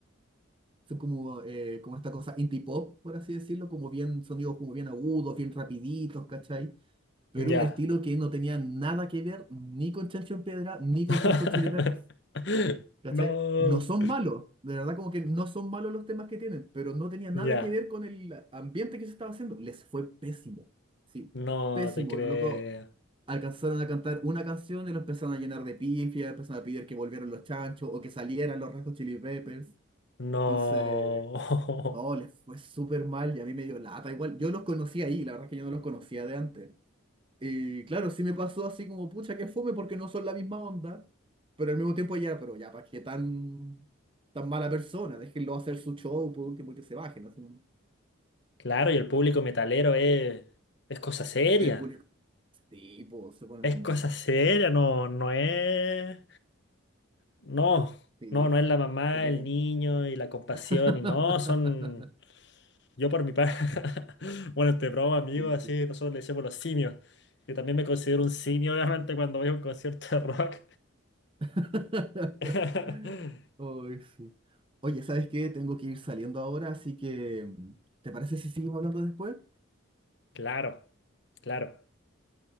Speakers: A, on the right (about 25°); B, on the left (about 55°).
A: Son como, eh, como esta cosa indie pop, por así decirlo, como bien sonidos como bien agudos, bien rapiditos, ¿cachai? pero
B: Ya.
A: un estilo que no tenía nada que ver ni con Chancho en Piedra ni con
B: <laughs>
A: Red Hot Chili Peppers. ¿Cachai?
B: No.
A: No son malos, de verdad como que no son malos los temas que tienen, pero no tenía nada
B: Ya.
A: que ver con el ambiente que se estaba haciendo. Les fue pésimo, sí,
B: No
A: pésimo.
B: te creo.
A: Los locos alcanzaron a cantar una canción y lo empezaron a llenar de pifias, empezaron a pedir que volvieran los chanchos o que salieran los Red Hot Chili Peppers.
B: No.
A: Entonces, no,
B: <laughs>
A: les fue súper mal y a mí me dio lata. Igual, yo los conocí ahí, la verdad es que yo no los conocía de antes. Y claro, sí me pasó así como, pucha, que fome porque no son la misma onda, pero al mismo tiempo ya era, pero ya, ¿para qué tan, tan mala persona? Déjenlo hacer su show, por último, que se bajen. Así,
B: Claro, y el público metalero es, es cosa seria.
A: el público, sí, pues, se ponen,
B: Es cosa seria, no, no es. No,
A: sí,
B: no,
A: es-
B: no es la mamá,
A: se ponen,
B: el niño y la compasión,
A: <laughs>
B: y no, son. Yo por mi parte. <laughs> Bueno, este broma, amigo,
A: sí,
B: así
A: sí.
B: nosotros le decimos los simios. Yo también me considero un simio, obviamente, cuando voy a un concierto de rock.
A: <laughs>
B: <laughs>
A: Ay, sí. Oye, ¿sabes qué? Tengo que ir saliendo ahora, así que, ¿te parece si seguimos hablando después?
B: Claro, claro.